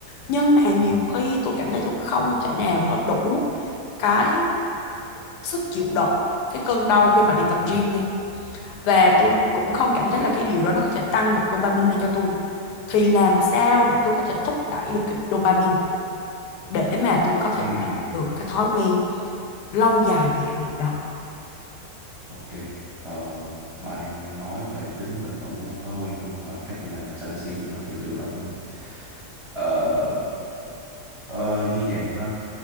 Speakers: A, on the left; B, on the right.
A: nhưng mà nhiều
B: ừ
A: khi tôi cảm thấy tôi không thể nào có đủ cái sức chịu đựng cái cơn đau khi mà đi tập
B: ừ
A: gym đi và
B: ừ
A: tôi cũng không cảm thấy là cái điều đó nó có thể tăng được dopamine lên cho tôi thì làm sao để tôi có thể thúc đẩy được cái dopamine để mà tôi có thể
B: ừ
A: tạo được cái thói quen lâu dài về cái việc đó
B: ok ờ, bà đang nói về tính bền vững của một thói quen đúng không và cách là làm sao để xây dựng nó kiểu kiểu vậy đúng không ờ, ờ, như vậy ha